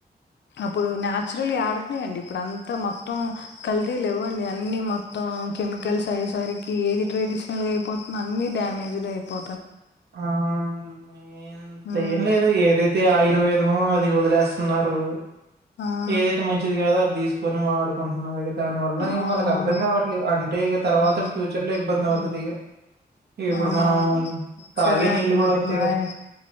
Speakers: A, on the left; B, on the right.
A: అప్పుడు నాచురల్ యడున్నాయి అండి ఇప్పుడు అంతా మొత్తం కల్తీ లేవ్వండి అన్ని మొత్తం కెమికల్స్ అయ్యేసరికి ఏది ట్రెడిషనల్ గా అయిపోతుంది అన్ని డ్యామేజ్డ్ అయిపో
B: ఆంతేం
A: ఉమ్
B: ఏం లేదు అయితే ఆయుర్వేదం అది వదిలేస్తున్నారు
A: ఆ
B: ఏదైతే మంచిది కాదో అది తీసుకొని వాడుకుంటున్నారు ఇక దాని వల్ల
A: అవునవును.
B: ఇక వాళ్ళకి అర్థం కావట్లేదు అంటే ఇక తర్ తర్వాత
A: అవును.
B: ఫ్యూచర్ లో ఇబ్బంది అవుతుంది
A: హ్మ్.
B: ఇక ఇప్పుడు
A: అవునవును.
B: మనం తాగే
A: సరే
B: నీల్లు
A: అండి
B: కూడా
A: మరి.
B: అంతే
A: బాయ్.
B: కదా